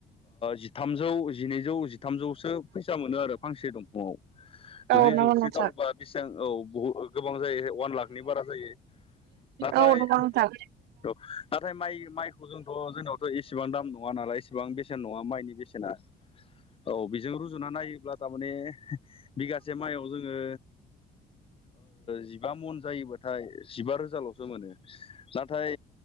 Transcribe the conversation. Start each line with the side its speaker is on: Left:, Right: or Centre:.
Left: जिथामजौ जिनैजौ जिथामजौसो फैसा मोनो आरो फांसे दंफाङाव जुदि
Right: औ नंगौ
Left: जौसि
Right: नोंथां
Left: दालबा बेसेबां औ बु गोबां जायो अवान लाखनि बारा जायो नाथाय
Right: औ नंगौ नोंथां
Left: औ नाथाय माइ माइखौ जोंथ' जों इसेबां दाम नङा नालाय इसेबां बेसेन नङा माइनि बेसेना औ बेजों रुजुना नायोब्ला थारमाने बिगासे माइयाव जोङो जिबा मन जायोबाथाय जिबा रोजाल'सो मोनो नाथाय